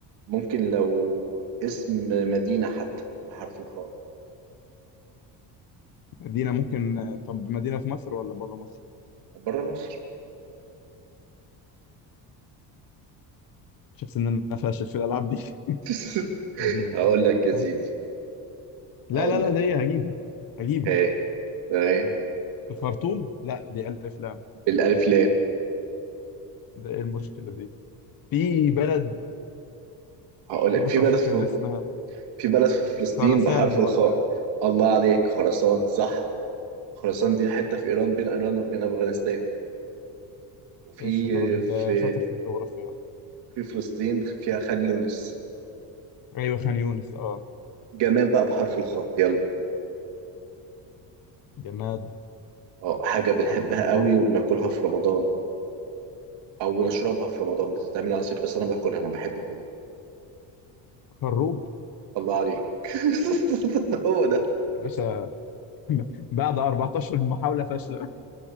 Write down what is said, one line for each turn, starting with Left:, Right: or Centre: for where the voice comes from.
Right: ممكن لو اسم مدينة حتى بحرف الخاء
Left: مدينة ممكن آه، طب مدينة في مصر ولا بره مصر؟
Right: بره مصر
Left: شفت ان انا فاشل في الالعاب دي
Right: <laughs>
Left: <laughs> مدينة بحرف
Right: هقول لك
Left: الخاء
Right: يا سيدي
Left: لا
Right: هقول
Left: لا لا
Right: لك
Left: ده هي هجيبها هجيبها
Right: هي تمام
Left: الخرطوم لا دي الف لام
Right: بالألف لام
Left: ده ايه المشكلة دي؟ في بلد
Right: هقول
Left: هموت
Right: لك في
Left: وافتكر
Right: بلد في
Left: اسمها
Right: في بلد في فلسطين
Left: خراسان
Right: بحرف
Left: ولا
Right: الخاء الله عليك خراسان صح خراسان دي حتة في إيران بين إيران وبين أفغانستان وفي
Left: ايه الشطارة دي انت
Right: في
Left: شاطر في الجغرافيا غالبا
Right: في فلسطين فيها خان يونس
Left: ايوه خان يونس اه
Right: جمال بقى بحرف الخاء يلا
Left: جماد
Right: اه حاجة بنحبها
Left: حرف الخاء
Right: قوي وبناكلها في رمضان أو بنشربها في رمضان بتتعمل عصير بس أنا باكلها أنا بحب أكلها
Left: خروب
Right: الله عليك <laughs> هو ده
Left: يا باشا بعد 14 محاولة فاشلة